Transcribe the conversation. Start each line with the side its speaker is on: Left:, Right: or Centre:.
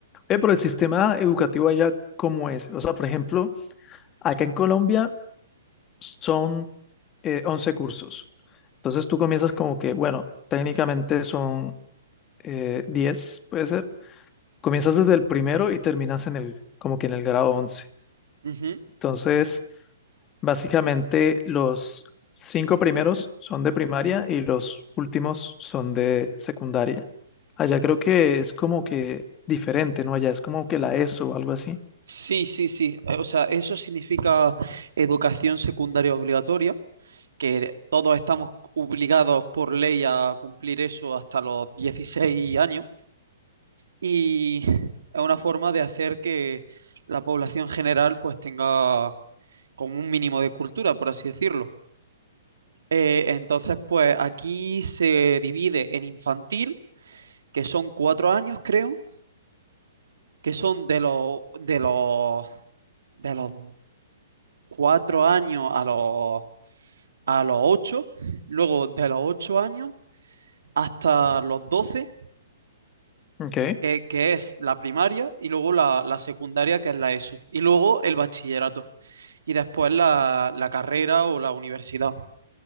Left: Oye, pero el sistema educativo allá, ¿cómo es? O sea, por ejemplo, acá en Colombia son eh, 11 cursos. Entonces tú comienzas como que, bueno, técnicamente son eh, 10, puede ser. Comienzas desde el primero y terminas en el, como que en el grado 11.
Right: Ujú.
Left: Entonces... Básicamente, los cinco primeros son de primaria y los últimos son de secundaria. Allá creo que es como que diferente, ¿no? Allá es como que la ESO o algo así.
Right: Sí, sí, sí. Eh, O sea, eso significa educación secundaria obligatoria, que todos estamos obligados por ley a cumplir eso hasta los 16 años. y <laughs> es una forma de hacer que la población general pues tenga como un mínimo de cultura, por así decirlo. Eh, entonces, pues aquí se divide en infantil, que son cuatro años, creo, que son de los de los de los cuatro años a los a los ocho, luego de los ocho años hasta los doce,
Left: Ok,
Right: que, que es la primaria, y luego la, la secundaria, que es la ESO, y luego el bachillerato. y después la, la carrera o la universidad